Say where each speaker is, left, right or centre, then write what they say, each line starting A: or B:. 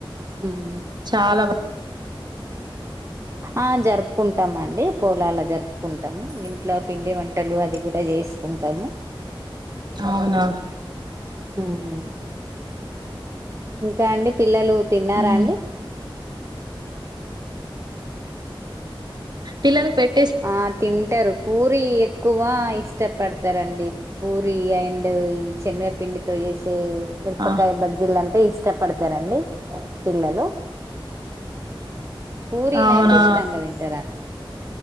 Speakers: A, on the right; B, on the right.
A: ఉమ్.
B: చాలా బ
A: ఆ జరుపుకుంటాం అండి పూలాల జరుపుకుంటాము ఇంట్లో పిండి వంటలు అది కూడా చేసుకుంటాము
B: అవునా
A: ఉమ్ ఉమ్. ఇంకా అండి పిల్లలు తిన్నారా
B: ఉమ్
A: అండి
B: పిల్లాకి పెట్
A: ఆ తింటారు పూరి ఎక్కువ ఇష్టపడతారంండి పూరి అయినా ఈ చెన్నపిండితో చే మిరపకాయ
B: ఆ
A: బజ్జీలు అంటే ఇష్టపడతారండి పిల్లలు పూరనయితే
B: అవునా
A: ఇష్టంగా తింటారంండి